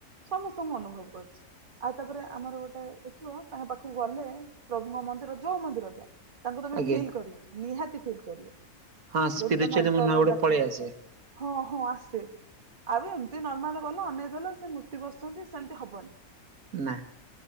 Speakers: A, on the right; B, on the right.
A: ସମସ୍ତଙ୍କୁ ଅନୁଭବ କରିଛି। ଆଉ ତାପରେ ଆମର ଗୋଟେ ଦେଖିବ ତାଙ୍କ ପାଖକୁ ଗଲେ ପ୍ରଭୁଙ୍କ ମନ୍ଦିର ଯୋଉ ମନ୍ଦିର ଯାଆ ତାଙ୍କୁ ତମେ
B: ଆଜ୍ଞା
A: ଫିଲ୍ କରିବ ନିହାତି ଫିଲ୍ କରିବ।
B: ହଁ ସ୍ପିରିଚୁଆଲି
A: ଯଦି ତମେ ଅନ୍ତରରୁ
B: ମୋ ନୂଆ ଗୋଟେ
A: ଡାକି
B: ପଳେଇ
A: ଯାଇଛ
B: ଆସେ
A: ହଁ ହଁ ଆସେ ଆଉ ଏମିତି ନର୍ମାଲ ଗଲ ଅନେଇ ଦେଲ ସେ ମୂର୍ତି ବସିଛନ୍ତି ସେମିତି ହବନି।
B: ନା।